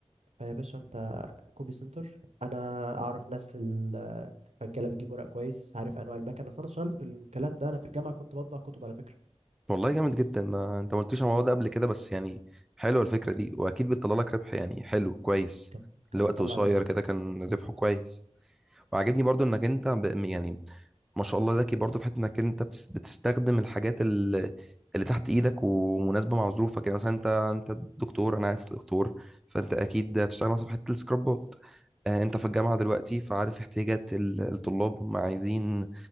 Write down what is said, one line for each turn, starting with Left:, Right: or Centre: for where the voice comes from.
Right: فيا باشا انت كوبي سنتر انا اعرف ناس في ال- في الرجاله بتجيب ورق كويس عارف انواع المكن اصل انا اشتغلت في الكلام ده انا في الجامعه كنت بطبع كتب على فكره
Centre: والله جامد جدا ما انت ما قلتليش على الموضوع ده قبل كده بس يعني حلوه الفكره دي واكيد بتطلع لك ربح يعني حلو كويس
Right: كانت كانت
Centre: لوقت
Right: بتطلع
Centre: قصير
Right: ربح
Centre: كده كان ربحه كويس وعاجبني
Right: بس
Centre: برضو انك انت ب... يعني ما شاء الله ذكي برضه في حته انك انت بتس- بتستخدم الحاجات اللي, اللي تحت ايدك ومناسبه مع ظروفك يعني مثلا انت انت دكتور انا عارف انت دكتور فانت اكيد هتشتغل مثلا في حته السكرابات آه، انت في الجامعه دلوقتي فعارف احتياجات ال- الطلاب هم عايزين